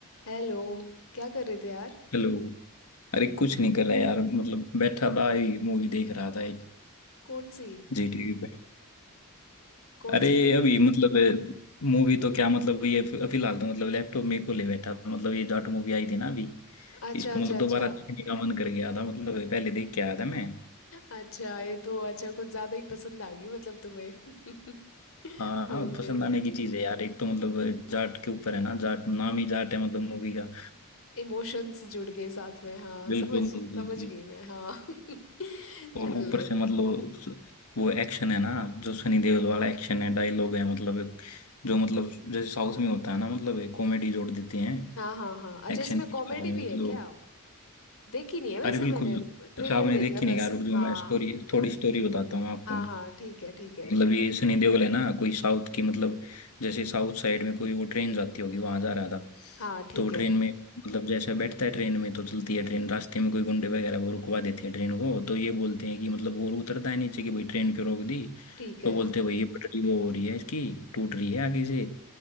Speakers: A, on the left; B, on the left.
A: Hello क्या कर रहे थे यार
B: Hello अरे कुछ नहीं कर रहा यार मतलब बैठा था मूवी देख रहा था
A: कौन सी
B: जी टीवी पे
A: कौन
B: अरे
A: सी मूवी
B: अभी मतलब मूवी तो क्या मतलब ये फि- फिलहाल तो मतलब लैपटॉप में को ले बैठा था मतलब ये जाट मूवी आई थी ना अभी
A: अच्छा
B: इसको
A: अच्छा
B: मतलब दोबारा
A: अच्छा
B: देखने का मन कर गया था मतलब पहले देख के आया था मैं
A: अच्छा ये तो अच्छा कुछ ज्यादा ही पसंद आ गई मतलब तुम्हें
B: हाँ
A: <laughs> ओके
B: पसंद आने की चीज है यार एक तो मतलब जाट के ऊपर है ना जाट नाम ही जाट है मतलब मूवी का
A: इमोशंस जुड़ गए साथ में हाँ
B: बिल्कुल
A: समझ समझ
B: बिल्कुल
A: गई मैं हाँ <laughs>
B: और
A: चलो
B: ऊपर से मतलब स- वो एक्शन है ना जो सनी देओल वाला एक्शन है डायलॉग है मतलब एक- जो मतलब जैसे साउथ में होता है ना मतलब एक कॉमेडी जोड़ देते हैं
A: हाँ हाँ हाँ अच्छा
B: एक्शन
A: इसमें
B: के
A: कॉमेडी
B: साथ में
A: भी
B: मतलब
A: है क्या देखी नहीं है वैसे
B: अरे बिल्कुल
A: मैंने ट्रेलर
B: अच्छा आपने
A: देखा
B: देखी
A: है बस
B: नहीं यार जो
A: हाँ
B: मैं स्टोरी थोड़ी स्टोरी बताता हूँ आपको
A: हाँ हाँ ठीक है ठीक है
B: मतलब ये सनी देओल है ना कोई साउथ की मतलब जैसे साउथ साइड में कोई वो ट्रेन जाती होगी वहां जा रहा था
A: हाँ ठीक
B: तो वो
A: है
B: ट्रेन में मतलब जैसे बैठता है ट्रेन में तो चलती है ट्रेन रास्ते में कोई गुंडे वगैरह वो रुकवा देते हैं ट्रेन को तो ये बोलते हैं कि मतलब वो उतरता है नीचे कि भाई ट्रेन क्यों रोक दी
A: ठीक है
B: तो बोलते हैं भाई ये पटरी वो हो रही है इसकी टूट रही है आगे से